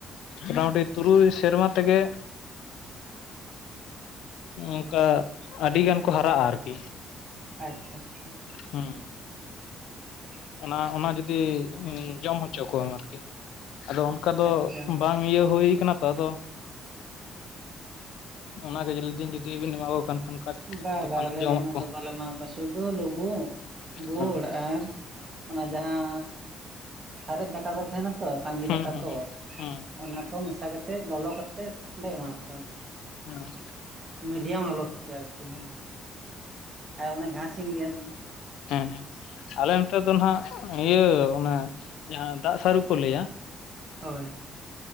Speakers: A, on the left; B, on the right.
A: ᱢᱳᱴᱟᱢᱩᱴᱤ ᱛᱩᱨᱩᱭ ᱥᱮᱨᱢᱟ ᱛᱮᱜᱮ ᱚᱱᱠᱟ ᱟᱹᱰᱤ ᱜᱟᱱ ᱠᱚ ᱦᱟᱨᱟᱜᱼᱟ ᱟᱨ ᱠᱤ
B: ᱟᱪᱪᱷᱟ ᱟᱪᱪᱷᱟ
A: ᱦᱮᱸ
B: <inaudible> <inaudible>
A: ᱚᱱᱟ ᱚᱱᱟ ᱡᱩᱫᱤ ᱡᱚᱢ ᱦᱚᱪᱚ ᱠᱚᱣᱟᱢ ᱟᱨ ᱠᱤ ᱟᱫᱚ ᱚᱱᱠᱟ ᱫᱚ
B: ᱟᱪᱪᱷᱟ
A: ᱵᱟᱝ ᱤᱭᱟᱹ ᱦᱩᱭ ᱠᱟᱱᱟ ᱛᱚ ᱟᱫᱚ ᱚᱱᱟᱜᱮ ᱡᱤᱱ ᱞᱟᱹᱭ ᱫᱤᱱ ᱡᱩᱫᱤ ᱵᱤᱱ ᱮᱢᱟᱠᱚ ᱠᱷᱟᱱ ᱚᱱᱠᱟ
B: ᱵᱟ
A: ᱫᱚᱠᱟᱱᱟᱜ
B: ᱵᱟᱝ ᱟᱞᱮ
A: ᱡᱚᱢᱟᱜ
B: ᱫᱚ ᱚᱱᱟ
A: ᱠᱚ
B: ᱫᱚ ᱵᱟᱞᱮ ᱮᱢᱟ ᱠᱚᱣᱟ ᱥᱩᱫᱩ ᱞᱩᱵᱩᱜ ᱜᱩᱲ
A: ᱦᱮᱸ
B: ᱟᱨ ᱚᱱᱟ ᱡᱟᱦᱟᱸ ᱥᱟᱨᱮᱡ ᱫᱟᱠᱟ ᱠᱚ ᱛᱟᱦᱮᱱᱟ ᱛᱚ ᱠᱟᱧᱡᱤ
A: ᱦᱮᱸ
B: ᱫᱟᱠᱟ
A: ᱦᱮᱸ
B: ᱠᱚ
A: ᱦᱮᱸ ᱦᱮᱸ
B: ᱚᱱᱟ ᱠᱚ ᱢᱮᱥᱟ ᱠᱟᱛᱮᱫ ᱞᱚᱞᱚ ᱠᱟᱛᱮᱫ ᱞᱮ ᱮᱢᱟ ᱠᱚᱣᱟ
A: ᱦᱮᱸ
B: ᱢᱤᱰᱤᱭᱟᱢ ᱞᱚᱞᱚ ᱠᱟᱛᱮᱜ ᱟᱨ ᱠᱤ ᱦᱮᱸ ᱟᱨ ᱚᱱᱮ ᱡᱟᱦᱟᱸ ᱠᱚᱧ ᱞᱟᱹᱭᱟᱫ ᱢᱮ
A: ᱦᱮᱸ ᱦᱮᱸ ᱟᱞᱮ ᱱᱚᱛᱮ ᱫᱚ ᱱᱟᱜ ᱤᱭᱟᱹ ᱚᱱᱮ ᱡᱟᱦᱟᱸ ᱫᱟᱜ ᱥᱟᱹᱨᱩ ᱠᱚ ᱞᱟᱹᱭᱟ
B: ᱦᱳᱭ